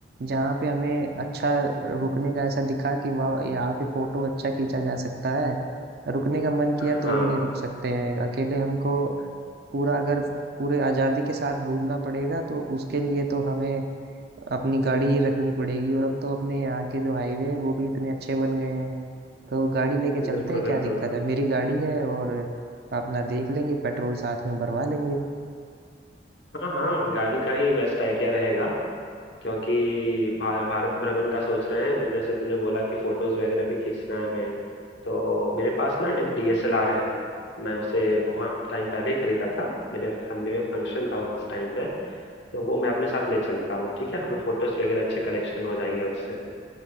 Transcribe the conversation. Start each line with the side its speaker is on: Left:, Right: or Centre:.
Right: जहाँ पे हमें अच्छा रुकने का ऐसा दिखा कि वहाँ यहाँ पे फोटो अच्छा खींचा जा सकता है रुकने का मन
Left: हाँ
Right: किया तो भी नहीं रुक सकते हैं अकेले हमको पूरा अगर पूरे आज़ादी के साथ घूमना पड़ेगा तो उसके लिए तो हमें अपनी गाड़ी ही रखनी पड़ेगी और अब तो अपने यहाँ के जो हाईवे हैं वो भी इतने अच्छे बन गए हैं तो गाड़ी लेके चलते
Left: बिल्कुल
Right: हैं क्या
Left: बिल्कुल
Right: दिक्कत है मेरी गाड़ी है और अपना देख लेंगे पेट्रोल साथ में भरवा लेंगे
Left: हाँ हाँ गाड़ी का ही बेस्ट आइडिया रहेगा क्योंकि भा, भारत भ्रमण का सोच रहे हैं तो जैसे तुमने बोला कि फोटोज वगैरह भी खींचना है हमें तो मेरे पास ना एक डीएसएलआर है मैं उसे बहुत टाइम पहले ही खरीदा था मेरे फैमिली में फंक्शन था उस टाइम पे तो वो मैं अपने साथ ले चलता हूँ ठीक है हमें फोटोज वगैरह अच्छे कलेक्शन हो जाएंगे उससे